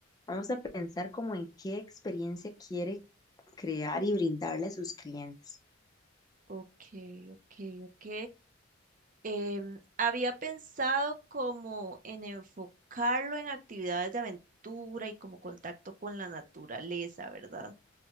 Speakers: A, on the left (about 20°); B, on the right (about 40°).
A: Vamos a pensar como en qué experiencia quiere crear y brindarle a sus clientes.
B: ok, ok, ok. Em, había pensado como en enfocarlo en actividades de aventura y como contacto con la naturaleza, ¿verdad?